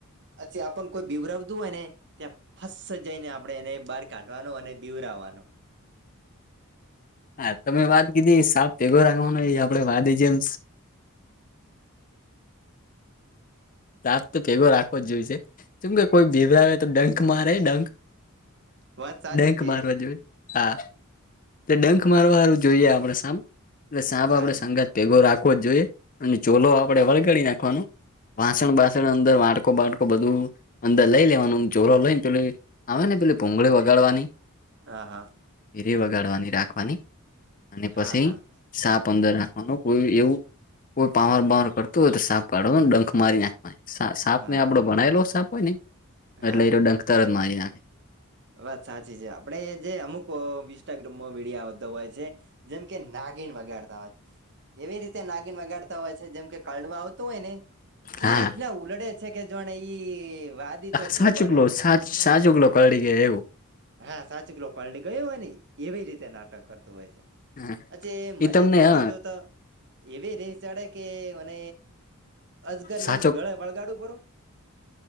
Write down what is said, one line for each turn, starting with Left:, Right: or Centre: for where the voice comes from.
Right: પછી આપ કોઈ બીવરવતું હોય ને ત્યાં ફસ જઈને આપણે એને બહાર કાઢવાનું અને બીવરાવાનો
Left: હા તમે વાત કીધી સાપ ટેગો રાખવાનો એ આપડે વા જે એમ રાત તો ભેગો રાખવો જ જોય છે કેમ કે કોઈ ભીભરાવે તો ડંક મારે ડંક
Right: વાત સાચી
Left: ડેંક
Right: છે
Left: મારવા જોએ હા તો ડંખ મારવાારું જોઈએ આપડે સાપ એલે સાપ
Right: હા
Left: આપડે સંગત ભેગો રાખવો જ જોઈએ અને ચોલો આપડણે વળગાડી નાખવાનો વાસણ
Right: હા
Left: બાસણ અંદર વાટકો બાટકો બધું અંદર લઈ લેવાનું ચરો લઈને તો લ આવે ને પેલી પોંગળી વગાડવાની
Right: હા હા
Left: એીરી વગાડવાની રાખવાની અને પછી
Right: હા હા
Left: સાપ અંદર રાખવાનું કોઈ એવું કોઈ પાવર બાવર કરતું હોય તો સાપ કાઢવાનું ડંખ મારી નાખ સાપ
Right: હા
Left: ને આપડો ભણલો સાપ હોય ને
Right: હા
Left: એટલે એ ડંતર જ મારી નાખે
Right: વાત સાચી છે આપડે જે અમુક વિસ્ટાગ્રામમાં વિીડયો આવતો હોય છે જેમ કે નાગીણ વગાડતા હોય એવી રીતે નાગીણ વગાડતા હોય છે જેમકે કડવા તો હોય ને
Left: હા
Right: એ રીતના ઉલડે છે કે જોને ઈ વાદી તો
Left: સાચુંગલો
Right: શું બને
Left: સાચ સાચુકલો કરીડી ગ એવું
Right: હા સાચું ક લો કલટી ગયો હો ની એવી રીતે નાટક કરતું હોય છે
Left: હ
Right: પ્છી એ મને
Left: તમને
Right: જોતા
Left: હ
Right: જોતા એવી રે ચડે કે મ અસગર
Left: સાચો
Right: લઈને ગ વળગાડું પરરો